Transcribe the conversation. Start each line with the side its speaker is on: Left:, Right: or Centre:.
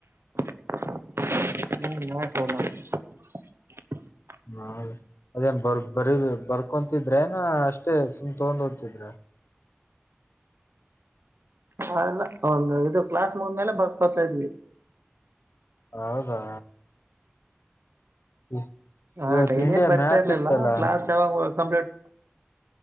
Right: ಹು <unintelligible>
Left: ಹಾ ಅದೇನ ಬರ್ಕೊ ಬರಿ ಬರ್ಕೊಂತಿದ್ರೇನ ಅಷ್ಟೇ ಸುಮ್ ತಗೊಂಡ್ ಹೋಗ್ತಿದ್ರ. <inaudible>
Right: ಹಾ ಇಲ್ಲ ಕ್ಲಾಸ್ ಮುಗದ ಮ್ಯಾಲ್ ಬರ್ಕೊತಾ ಇದ್ವಿ.
Left: ಹೌದಾ ಇ-
Right: ಹಾ
Left: ಇವತ್ತು
Right: ಡೈಲಿ
Left: ಇಂಡಿಯಾ
Right: ಏನ್ ಬರ್ತಾ
Left: ಮ್ಯಾಚ್
Right: ಇರ್ಲಿಲ್ಲ
Left: ಇತ್ತಲ್ಲ
Right: ಕ್ಲಾಸ್ ಯಾವಾಗ ಕಂಪ್ಲೀಟ್